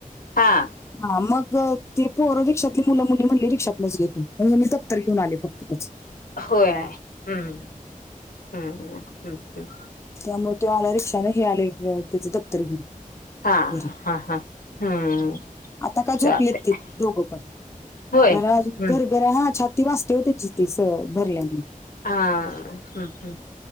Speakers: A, on the left (about 85°); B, on the left (about 20°).
A: हां..
B: हा, मग ती पोरं रिक्षातले मुलं- मुली म्हणले रिक्षातनच ये तू म्हणून मी दप्तर घेऊन आले. फक्त त्याच
A: होय.. हम्म हम् हम् हम्
B: त्यामुळे त्यो आला रिक्षाने हे आले त्याच दप्तर घेऊन.
A: हा
B: घरी...
A: हा हा हम्म
B: आता काय झोपलेत
A: चालतंय
B: ते दोघं पण
A: होय
B: जरा
A: हम्म
B: अजून घर घर हा छाती वाचते हो त्याची ती भरल्या मूळ
A: हा हम् ह्